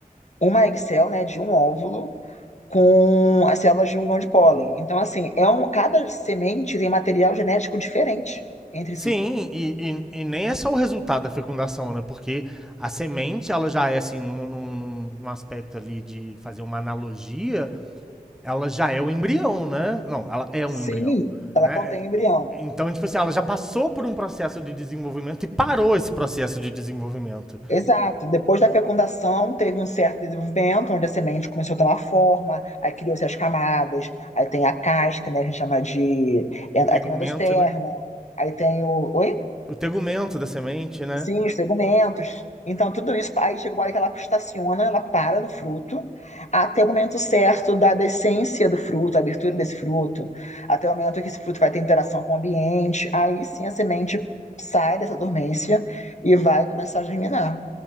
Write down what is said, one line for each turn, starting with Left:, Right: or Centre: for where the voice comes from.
Left: uma egg cell, né, de um óvulo, com as células de um grão de pólen. Então, assim, é um, cada semente tem material genético diferente entre
Centre: Sim,
Left: si.
Centre: e, e- e nem é só o resultado da fecundação, né? Porque a semente, ela já é, assim, num, num- num aspecto ali de fazer uma analogia, ela já é o embrião, né? Não, ela é
Left: Sim,
Centre: um embrião,
Left: Ela
Centre: né?
Left: contém um embrião.
Centre: Então, tipo assim, ela já passou por um processo de desenvolvimento e parou esse processo de desenvolvimento.
Left: Exato. Depois da fecundação, teve um certo desenvolvimento, onde a semente começou a tomar forma, aí criou-se as camadas, aí tem a casca, né, que a gente chama de... é,
Centre: Tegumento,
Left: Aí tem o endosperma,
Centre: né?
Left: aí tem o... Oi?
Centre: O tegumento da semente, né?
Left: Sim, os segmentos. Então, tudo isso, aí chega uma hora que ela estaciona, ela para no fruto, até o momento certo da decência do fruto, a abertura desse fruto, até o momento que esse fruto vai ter interação com o ambiente, aí sim a semente sai dessa dormência e vai começar a germinar.